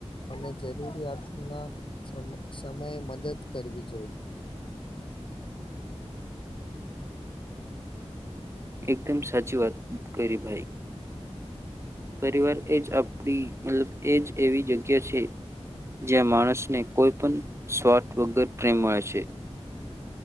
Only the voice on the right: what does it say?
એકદમ સાચી વાત કરી ભાઈ પરિવાર એજ આપણી મતલબ એજ એવી જગ્યા છે. જ્યાં માણસ ને કોઈ પણ સ્વાથ વગર પ્રેમ મળે છે.